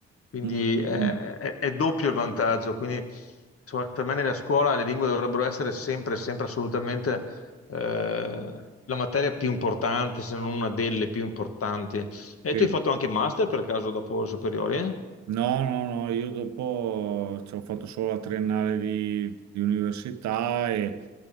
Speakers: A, on the left; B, on the right.
A: Quindi
B: Mm, mm,
A: eh,
B: mm.
A: è, è doppio il vantaggio. Quindi insomma, per me nella scuola le lingue dovrebbero essere sempre, sempre assolutamente eh, la materia più importante, se non una delle più importanti. E
B: Sì.
A: tu hai fatto anche master per caso dopo le superiori?
B: No, no, no, io dopo ci ho fatto solo la triennale di, di università e,